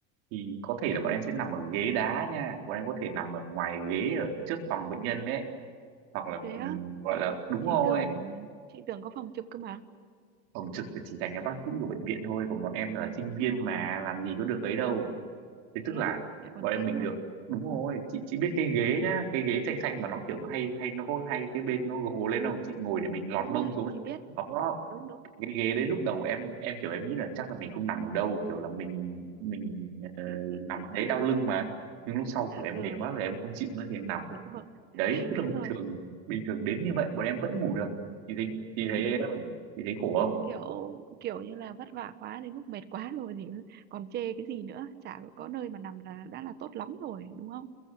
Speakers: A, on the right; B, on the right.
A: thì có thể là bọn em sẽ nằm ở ghế đá nha bọn em có thể nằm ở ngoài ghế ở trước phòng bệnh nhân đấy hoặc là
B: Thế á,
A: ừm, gọi là đúng
B: chị
A: rồi
B: tưởng chị tưởng có phòng trực cơ mà.
A: phòng trực là chỉ dành cho bác sĩ của bệnh viện thôi còn bọn em là sinh viên
B: Ờ.
A: mà làm gì có được ấy đâu thế
B: thế
A: tức là
B: á lại còn
A: bọn em
B: thế
A: bình
B: nữa
A: thường đúng rồi chị
B: ừ.
A: chị biết cái ghế nhá cái ghế xanh xanh mà nó kiểu nó hay hay nó có hay
B: Ừ,
A: cái bên
B: ừ.
A: nó gồ lên không chị ngồi để mình lọt
B: đúng rồi
A: mông xuống ấy.
B: chị biết
A: đó
B: đúng đúng
A: cái ghế đấy lúc đầu em em kiểu em nghĩ là chắc là mình không nằm được đâu kiểu là mình mình ờ,
B: <laughs>
A: nằm đấy đau lưng mà nhưng lúc sau kiểu em
B: ừ
A: mệt quá rồi em không chịu nữa thì em nằm
B: đúng rồi
A: đấy tức
B: đúng
A: là bình
B: rồi
A: thường bình thường đến như vậy bọn em vẫn ngủ được chị thấy chị
B: ừ.
A: thấy em không? chị thấy khổ không
B: kiểu kiểu như là vất vả quá đến lúc mệt quá rồi thì còn chê cái gì nữa chả có nơi mà nằm là đã là tốt lắm rồi đúng không